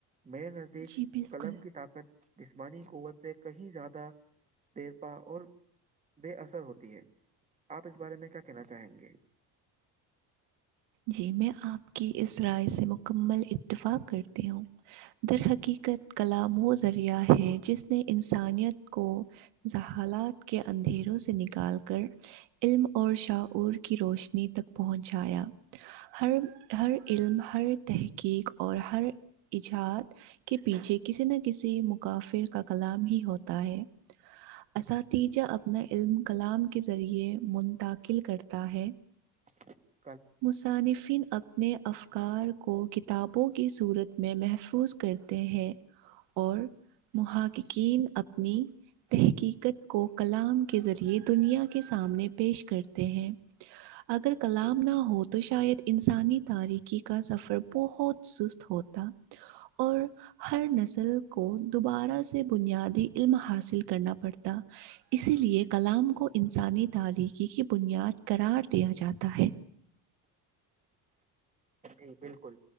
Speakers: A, on the right; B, on the right.
A: می نظر دیکھ
B: جی بالکل
A: قلم کی طاقت جسمانی قوت سے کہیں زیادہ دیرپا اور بے اثر ہوتی ہے آپ اس بارے میں کیا کہنا چاہیں گے
B: جی میں آپ کی اس رائے سے مکمل اتفاق کرتی ہوں درحقیقت کلام وہ ذریعہ ہے جس نے انسانیت کو زہالات کے اندھیروں سے نکال کر علم اور شاعور کی روشنی تک پہنچایا ہر ہر علم ہر تحقیق اور ہر ایجاد کے پیچھے کسی نہ کسی مکافر کا کلام ہی ہوتا اہے اساتیجہ اپنا علم کلام کے ذریعے منتقل کرتا ہے
A: <unintelligible>
B: مصانفین اب اپنے افکار کو کتابوں کی صورت میں محفوظ کرتے ہیں اور محققین اپنی تحقیقت کو کلام کے ذریعے دنیا کے سامنے پیش کرتے ہیں اگر کلام نہ ہو ہو تو شاید انسانی تاریکی کا سفر بہت سست ہوتا اور ہر نسل کو دوبارہ سے بنیادی علم حاصل کرنا پڑتا اسی لیے کلام کو انسانی تارییکی کی بنیاد قرار دیا جاتا ہے
A: جی بالکل